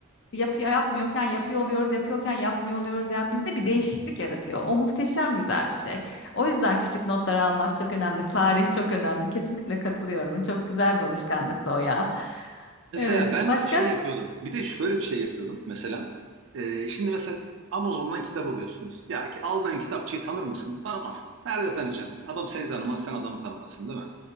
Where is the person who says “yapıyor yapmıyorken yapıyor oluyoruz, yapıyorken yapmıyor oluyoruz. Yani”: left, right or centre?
Left